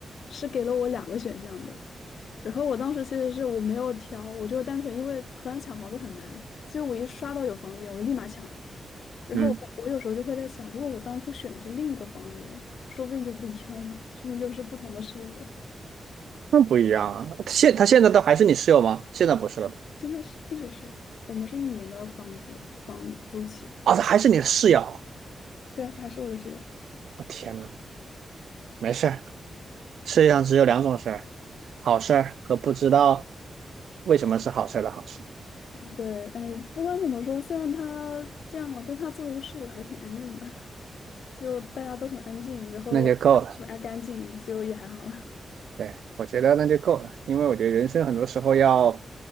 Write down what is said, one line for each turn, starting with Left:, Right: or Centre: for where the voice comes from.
Left: 是给了我两个选项的。然后我当时其实是我没有挑，我就单纯因为荷兰抢房子很难，所以我一刷到有房源，我就立马抢了。然后我我有时候就会在想，
Right: 嗯，
Left: 如果我当初选的是另一个房源，说不定就不一样了，说不定就是不同的室友了。
Right: 那不一样啊，现他现在都还是你室友吗？现在不是了吧？
Left: 现在是一直是我们是一年的房租房租期，
Right: 哦，这还是你的室友。
Left: 对啊，他还是我的室友。
Right: 我、天呐，没事儿，世界上只有两种事儿，好事儿和不知道为什么是好事儿的好事，
Left: 对，哎，不管怎么说，虽然他这样了，但他作为一个室友还是挺安静的，<laughs> 就大家都很安静，然后大家都很爱干净，
Right: 那就够了。
Left: 就也还好了。
Right: 对，我觉得那就够了，因为我觉得人生很多时候要